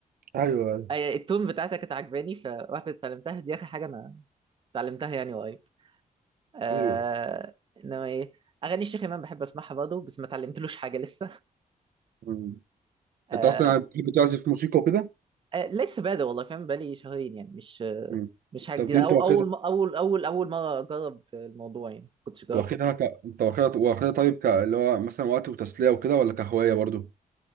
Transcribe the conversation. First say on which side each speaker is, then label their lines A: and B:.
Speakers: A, on the right (about 80°); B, on the right (about 35°).
A: ايوه
B: آه، التون بتاعتها كانت عجباني فرحت اتعلمتها دي اخر حاجه انا اتعلمتها يعني قريب آه
A: ايوه
B: انما ايه اغاني الشيخ امام بحب اسمعها برضه بس ما اتعلمتلوش حاجه لسه
A: مم.
B: آه
A: انت اصلا يعني بتحب تعزف موسيقى وكده
B: آه، لسه بادئ والله فاهم بقالي شهرين يعني مش آه،
A: مم.
B: مش حاجه
A: طب
B: جديده
A: دي انت
B: او
A: واخدها
B: اول اول اول اول مره اجرب الموضوع يعني كنتش جربت
A: واخدها
B: قبل.
A: ك... انت واخدها واخدها طيب ك... اللي هو مثلا وقت وتسليه وكده ولا كهوايه برضو